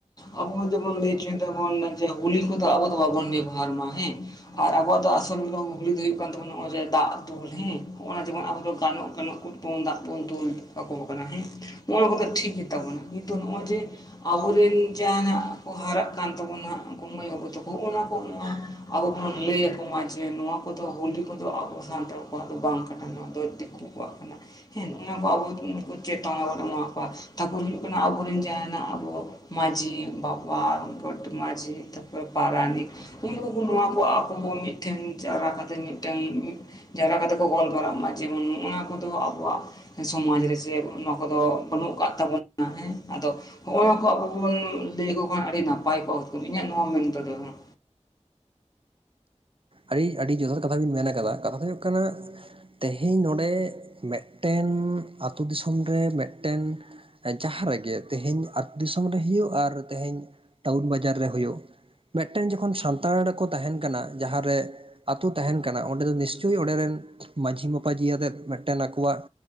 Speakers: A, on the left; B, on the right.
A: ᱟᱵᱚ ᱦᱚ ᱡᱮᱢᱚᱱ ᱞᱟᱹᱭ ᱪᱷᱚᱭ ᱫᱟᱵᱚᱱ ᱡᱮ ᱦᱩᱞᱤ ᱠᱚᱫᱚ ᱟᱵᱚ ᱫᱚ ᱵᱟᱵᱚᱱ ᱵᱮᱵᱟᱨ ᱢᱟ ᱦᱮᱸ ᱟᱨ ᱟᱵᱚᱣᱟᱜ ᱫᱚ ᱟᱥᱚᱞ ᱫᱚ ᱜᱩᱩᱽᱜᱞᱤ ᱫᱚ ᱦᱩᱭᱩᱜ ᱠᱟᱱ ᱛᱟᱵᱚᱱᱟ ᱱᱚᱜᱼᱚᱭ ᱡᱮ ᱫᱟᱜ ᱫᱩᱞ ᱦᱮᱸ ᱦᱚᱜᱼᱚᱱᱟ ᱡᱮᱢᱚᱱ ᱟᱵᱚ ᱫᱚ ᱜᱟᱱᱚᱜ ᱜᱟᱱᱚᱜ ᱠᱩᱫ ᱠᱚᱵᱚᱱ ᱫᱟᱜ ᱵᱚᱱ ᱫᱩᱞ ᱟᱠᱚ ᱠᱟᱱᱟ ᱦᱮᱸ ᱱᱚᱭᱟ ᱠᱚᱫᱚ ᱴᱷᱤᱠ ᱜᱮ ᱛᱟᱵᱚᱱᱟ ᱱᱤᱛᱚᱜ ᱱᱚᱜᱼᱚᱭ ᱡᱮ ᱟᱵᱚ ᱨᱮᱱ ᱡᱟᱦᱟᱸᱱᱟᱜ ᱠᱚ ᱦᱟᱨᱟᱜ ᱠᱟᱱ ᱛᱟᱵᱚᱱᱟ ᱦᱟᱸᱜ ᱩᱱᱠᱩ ᱢᱟᱹᱭ ᱵᱟᱹᱵᱩ ᱛᱟᱠᱚ ᱦᱚᱸᱜ ᱚᱱᱟ ᱠᱚ ᱱᱚᱣᱟ ᱟᱵᱚ ᱵᱚᱱ ᱞᱟᱹᱭᱟ ᱠᱚᱢᱟ ᱡᱮ ᱱᱚᱣᱟ ᱠᱚᱫᱚ ᱦᱳᱞᱤ ᱠᱚᱫᱚ ᱟᱵᱚ ᱥᱟᱱᱛᱟᱲ ᱠᱚᱣᱟᱜ ᱫᱚ ᱵᱟᱝ ᱠᱟᱱᱟ, ᱱᱚᱣᱟ ᱫᱚ ᱫᱤᱠᱩ ᱫᱤᱠᱩᱣᱟᱜ ᱠᱟᱱᱟ᱾ ᱦᱮᱸ ᱱᱚᱜ ᱚᱱᱟ ᱠᱚ ᱟᱵᱚ ᱩᱱᱠᱩ ᱪᱮᱛᱟᱣᱱᱟ ᱵᱚᱱ ᱮᱢᱟᱜ ᱠᱚᱣᱟ, ᱛᱟᱨ ᱯᱚᱨ ᱦᱩᱭᱩᱜ ᱠᱟᱱᱟ ᱟᱵᱚ ᱨᱮᱱ ᱡᱟᱦᱟᱸᱱᱟᱜ ᱟᱵᱚ ᱢᱟᱹᱡᱷᱤ ᱵᱟᱵᱟ, ᱜᱚᱴ ᱢᱟᱹᱡᱷᱤ ᱛᱟᱨᱯᱚᱨᱮ ᱯᱟᱨᱟᱱᱤᱠ, ᱩᱱᱠᱩ ᱠᱚ ᱵᱚᱱ <unintelligible> ᱠᱚᱣᱟ, ᱟᱠᱚ ᱦᱚᱸ ᱢᱤᱫ ᱴᱷᱮᱱ ᱡᱟᱣᱨᱟ ᱠᱟᱛᱮᱫ ᱢᱤᱫᱴᱮᱝ ᱡᱟᱣᱨᱟ ᱠᱟᱛᱮ ᱠᱚ ᱜᱟᱞᱢᱟᱨᱟᱜ ᱢᱟ ᱡᱮᱢᱚᱱ ᱱᱚᱜᱼᱚᱱᱟ ᱠᱚᱫᱚ ᱟᱵᱚᱣᱟᱜ ᱥᱚᱢᱟᱡᱽ ᱨᱮ ᱥᱮ ᱟᱵᱚᱣᱟᱜ ᱱᱚᱣᱟ ᱠᱚᱫᱚ ᱵᱟᱹᱱᱩᱜ ᱠᱟᱜ ᱛᱟᱵᱚᱱᱟ, ᱦᱮᱸ ᱟᱫᱚ ᱦᱚᱸᱜ ᱱᱚᱣᱟ ᱠᱚ ᱟᱵᱚ ᱠᱚᱵᱚᱱ ᱞᱟᱹᱭᱟ ᱟᱠᱚ ᱠᱷᱟᱱ ᱟᱹᱰᱤ ᱱᱟᱯᱟᱭ ᱠᱚᱜᱼᱟ ᱦᱩᱛᱠᱟᱹᱢ ᱤᱧᱟᱜ ᱱᱚᱣᱟ ᱢᱮᱱ ᱛᱮᱫᱚ ᱦᱟᱸᱜ᱾
B: ᱟᱹᱰᱤ ᱟᱹᱰᱤ ᱡᱚᱛᱷᱟᱛ ᱠᱟᱛᱷᱟ ᱵᱤᱱ ᱢᱮᱱᱟ ᱠᱟᱫᱟ, ᱠᱟᱛᱷᱟ ᱫᱚ ᱦᱩᱭᱩᱜ ᱠᱟᱱᱟ ᱛᱮᱦᱮᱧ ᱱᱚᱰᱮ ᱢᱮᱫᱴᱮᱱ ᱟᱛᱩ ᱫᱤᱥᱚᱢ ᱨᱮ ᱢᱮᱫᱴᱮᱱ ᱡᱟᱦᱟᱸ ᱨᱮᱜᱮ ᱛᱮᱦᱤᱧ ᱟᱛᱩ ᱫᱤᱥᱚᱢ ᱨᱮ ᱦᱩᱭᱩᱜ ᱟᱨ ᱛᱮᱦᱤᱧ ᱴᱟᱣᱩᱱ ᱵᱟᱡᱟᱨ ᱨᱮ ᱦᱩᱭᱩᱜ, ᱢᱮᱫᱴᱮᱱ ᱡᱚᱠᱷᱚᱱ ᱥᱟᱱᱛᱟᱲ ᱠᱚ ᱛᱟᱦᱮᱸᱱ ᱠᱟᱱᱟ ᱡᱟᱦᱟᱸ ᱨᱮ ᱟᱛᱩ ᱛᱟᱦᱮᱸᱱ ᱠᱟᱱᱟ, ᱚᱸᱰᱮ ᱫᱚ ᱱᱤᱥᱪᱳᱭ ᱚᱸᱰᱮ ᱨᱮᱱ ᱢᱟᱹᱡᱷᱤ ᱢᱟᱯᱟᱡᱷᱤ ᱟᱛᱮᱫ ᱢᱤᱫᱴᱮᱱ ᱟᱠᱚᱣᱟᱜ